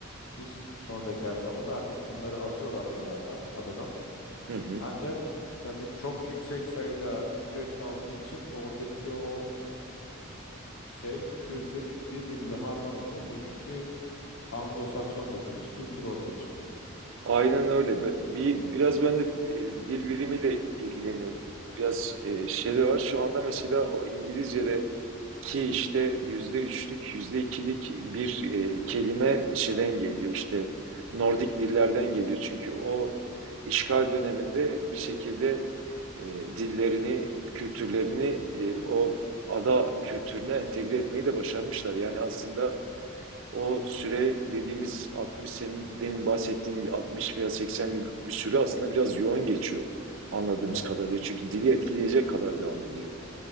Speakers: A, on the left; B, on the right.
A: biz sonraki aşamada artık bunları atıyorlar adalardan, adadan.
B: hı hı,
A: Ancak tabii çok yüksek sayıda göç aldığı için oradaki o şey kültür birbiriyle harman oluyor. Bugünkü Anglo-Sakson dediğimiz kültür ortaya çıkıyor.
B: Aynen öyle. Ben- bir, biraz ben de e, dil bilimiyle ilgileniyordum. Biraz e, şey de var. Şu anda mesela o İngilizce'deki işte yüzde üçlük, yüzde ikilik bir e, kelime şeyden geliyor. İşte Nordik dillerden geliyor. Çünkü o işgal döneminde bir şekilde e, dillerini, kültürlerini e, o ada kültürüne entegre etmeyi de başarmışlar. Yani aslında o süre dediğimiz 60 senin demin bahsettiğin 60 veya 80 yıllık bir süre aslında biraz yoğun geçiyor anladığımız
A: Tabii,
B: kadarıyla. Çünkü dili etkileyecek kadar devam ediyor.